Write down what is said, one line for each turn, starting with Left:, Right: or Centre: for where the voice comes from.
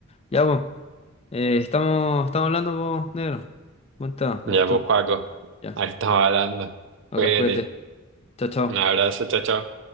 Left: Ya, pues. eh, estamos, estamos hablando, pues, negro. Buen tema, me
Right: Ya,
Left: gustó.
Right: pues, Joaco,
Left: Ya.
Right: ahí estamos hablando.
Left: Ok,
Right: Cuídate.
Left: cuídate. Chao, chao.
Right: Un abrazo, chao, chao.